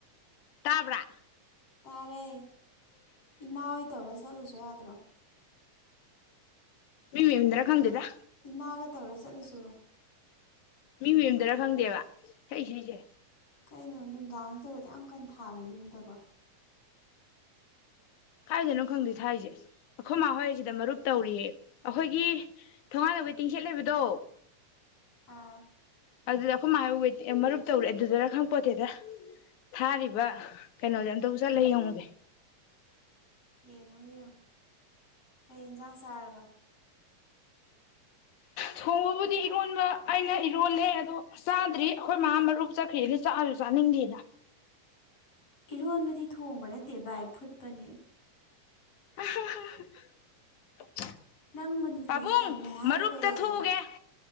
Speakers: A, on the left; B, on the left.
A: ꯇꯥꯕ꯭ꯔꯥ
B: ꯇꯥꯔꯦ ꯏꯃꯥ ꯍꯣꯏ ꯇꯧꯔ ꯆꯠꯂꯨꯁꯨ ꯌꯥꯗ꯭ꯔꯣ
A: ꯃꯤ ꯃꯃꯗ꯭ꯔ ꯈꯪꯒꯦꯗ
B: ꯏꯃꯥꯒ ꯇꯧꯔ ꯆꯠꯂꯨꯁꯨ
A: ꯃꯤ ꯃꯨꯝꯗꯔ ꯐꯪꯗꯦꯕ ꯁꯛ ꯁꯤꯁꯦ
B: ꯀꯩꯅꯣ ꯅꯨꯡꯗꯥꯡ ꯇꯧꯕꯗꯤ ꯌꯥꯝ ꯀꯟ ꯊꯥꯕ ꯌꯨꯝꯗꯕꯣ
A: ꯀꯥꯏꯗꯅꯣ ꯈꯪꯗꯣꯏ ꯊꯥꯏꯁꯦ ꯑꯩꯈꯣꯏ ꯃꯥ ꯍꯣꯏꯁꯤꯗ ꯃꯔꯨꯞ ꯇꯧꯔꯤꯌꯦ ꯑꯩꯈꯣꯏꯒꯤ ꯊꯣ ꯋꯇꯤꯡ ꯁꯦꯠꯂꯦꯕꯤꯗꯣ
B: ꯑ
A: ꯑꯗꯨꯗ ꯑꯩꯈꯣꯏ ꯃꯥ ꯃꯔꯨꯞ ꯇꯧꯔꯦ ꯑꯗꯨꯗꯨꯔ ꯈꯪꯄꯣꯠꯇꯦꯗ ꯊꯥꯔꯤꯕ ꯀꯩꯅꯣꯁꯦ ꯑꯝꯇꯕꯨ ꯆꯠꯂꯦ ꯌꯦꯡꯉꯨꯁꯦ
B: ꯌꯦꯡꯉꯣ ꯌꯦꯡꯉꯣ ꯀꯩ ꯌꯦꯟꯁꯥꯡ ꯆꯥꯔꯕ
A: ꯊꯣꯡꯕꯕꯨꯗꯤ ꯏꯔꯣꯟꯕ ꯑꯩꯅ ꯏꯔꯣꯜꯂꯦ ꯑꯗꯣ ꯆꯥꯗ꯭ꯔꯤ ꯑꯩꯈꯣꯏ ꯃꯥ ꯃꯔꯨꯞ ꯆꯠꯈ꯭ꯔꯦꯅ ꯆꯥ ꯔꯅꯤꯡꯗꯤꯅ
B: ꯏꯔꯣꯟꯕꯗꯤ ꯊꯣꯡꯕ ꯅꯠꯇꯦ ꯚꯥꯏ ꯐꯨꯠꯄꯅꯦ
A: <inaudible>
B: ꯅꯪ ꯃꯅꯤꯄꯨꯔꯤ
A: ꯄꯥꯕꯨꯡ
B: ꯇꯝꯃꯦ ꯍꯥꯏꯔꯒ
A: ꯃꯔꯨꯞꯇ
B: ꯌꯥꯗ꯭ꯔꯦ
A: ꯊꯣꯛꯎꯒꯦ